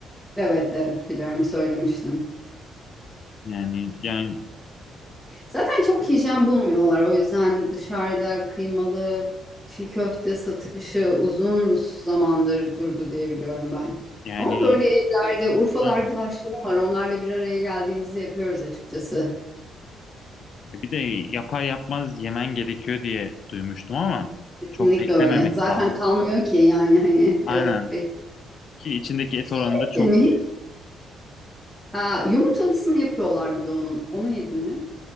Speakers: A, in the centre; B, on the left.
A: Evet, evet biliyorum söylemiştin.
B: Yani yani
A: Zaten çok hijyen bulmuyorlar. O yüzden dışarıda kıymalı çiğ köfte satışı uzun zamandır durdu diye biliyorum ben.
B: yani
A: Ama böyle evlerde Urfalı
B: aynen.
A: arkadaşlarım var. Onlarla bir araya geldiğimizde yapıyoruz açıkçası.
B: E Bir de yapar yapmaz yemen gerekiyor diye duymuştum ama
A: Kesinlikle
B: çok beklememesi
A: öyle. Zaten
B: lazım.
A: kalmıyor ki yani hani
B: Aynen
A: evet Bek.
B: ki içindeki et
A: Şey,
B: oranı da
A: ettin
B: çok
A: mi?
B: düşük.
A: Aa, yumurtalısını yapıyorlar bir de onun. Onu yedin mi?